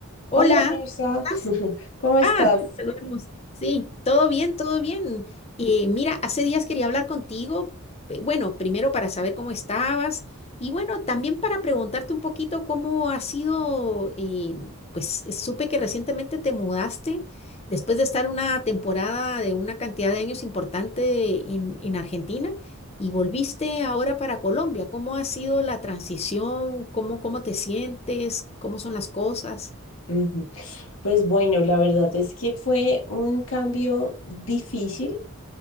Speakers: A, on the left; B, on the left.
A: Hola,
B: Hola Mirza,
A: ¿estás?
B: <laughs> ¿cómo estás?
A: Ah, nos saludamos. Sí, todo bien, todo bien. Eh, mira, hace días quería hablar contigo. eh, Bueno, primero para saber cómo estabas y bueno, también para preguntarte un poquito cómo ha sido, eh, pues eh, supe que recientemente te mudaste después de estar una temporada de una cantidad de años importante en, en Argentina y volviste ahora para Colombia. ¿Cómo ha sido la transición? ¿Cómo, cómo te sientes? ¿Cómo son las cosas?
B: Ujú. Pues bueno, la verdad es que fue un cambio difícil